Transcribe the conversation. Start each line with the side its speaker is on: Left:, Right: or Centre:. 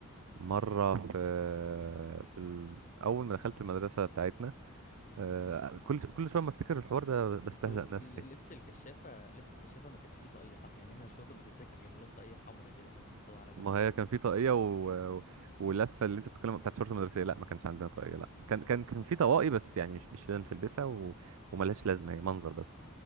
Right: مرة <laughs> في في ال... اول ما دخلت المدرسة بتاعتنا آه، كل كل شوية ما افتكر الحوار ده بستهزأ
Left: انتوا
Right: نفسي
Left: ال- لبس الكشافة لبس الكشافة ما كانش فيه طاقية صح يعني احنا الشرطة المدرسية كان جايب لهم طاقية حمرا كده بيحطوها على
Right: ما
Left: جنب
Right: هي كان في طاقية و... و- ولفة اللي انت بتتكلم بتاعت صورة المدرسية لا ما كانش عندنا طاقية لا كان كان كان في طواقي بس يعني مش مش لازم تلبسها و... وملهاش لازمة هي منظر بس